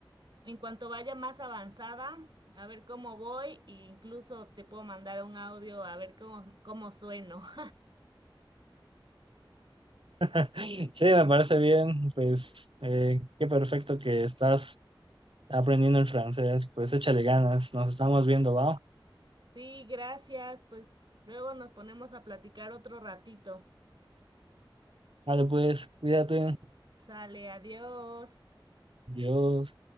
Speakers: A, on the right; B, on the right.
A: en cuanto vaya más avanzada, a ver cómo voy e incluso te puedo mandar un audio a ver cómo, cómo sueno. <laughs>
B: <laughs> Sí, me parece bien, pues eh, qué perfecto que estás aprendiendo el francés, pues échale ganas, nos estamos viendo, va.
A: Sí, gracias. Pues luego nos ponemos a platicar otro ratito.
B: Vale, pues cuídate,
A: Sale, adiós.
B: Dios.